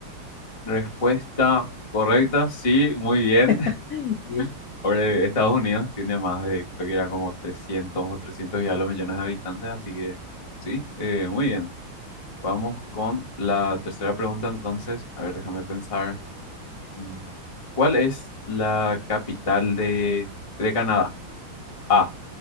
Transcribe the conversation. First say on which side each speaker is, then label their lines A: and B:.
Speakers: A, on the left (about 35°); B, on the left (about 80°).
A: Respuesta correcta, sí, muy bien. <laughs>
B: <gasps> <laughs> Bien.
A: Ahora, eh, Estados Unidos tiene más de, creo que era como 300 o 300 y algo millones de habitantes, así que sí, eh, muy bien. Vamos con la tercera pregunta entonces. A ver, déjame pensar. Mm, ¿Cuál es la capital de, de Canadá? A,